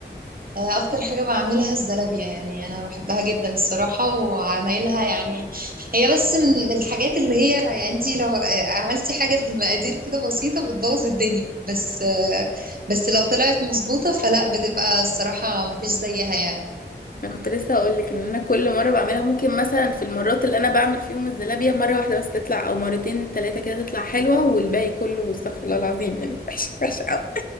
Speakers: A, on the right; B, on the left.
A: آه، اكتر حاجه بعملها الزلابيه يعني انا بحبها جدا الصراحه وعمايلها يعني هي بس من من الحاجات اللي هي يعني انت لو آه، عملتي حاجه في المقادير كده بسيطه بتبوظ الدنيا بس آه، بس لو طلعت مظبوطه فلا بتبقى الصراحه مفيش زيها يعني
B: انا كنت لسه هقولك ان انا كل مرة بعملها ممكن مثلا في المرات اللي انا بعمل فيهم الزلابية مرة واحدة بس تطلع او مرتين تلاتة كده تطلع حلوة والباقي كله استغفر الله العظيم يعني وحش وحش قوي